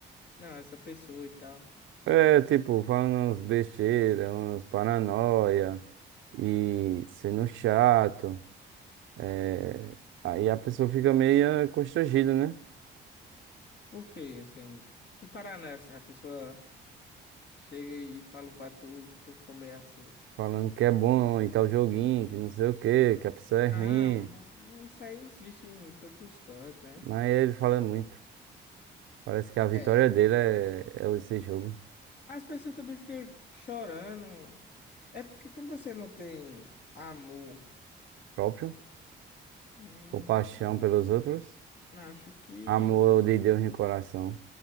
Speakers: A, on the left; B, on the right.
A: Não, essa pessoa e tal.
B: É, tipo, falando umas besteiras, umas paranoia e sendo chato. É, aí a pessoa fica meio constrangida, né?
A: Por quê, assim? Que parada é assim? A pessoa chega e fala pra tu que tu ficou meio assim.
B: Falando que é bom e tal joguinho, que não sei o quê, que a pessoa é
A: Ah,
B: ruim.
A: ma- mas isso aí existe em todos os cantos, né?
B: Mas ele fala muito. Parece que a vitória
A: É.
B: dele é, é esse jogo
A: As pessoas também ficam chorando. É porque quando você não tem amor,
B: próprio.
A: hum,
B: Compaixão pelos outros.
A: acho que
B: Amor de Deus no coração.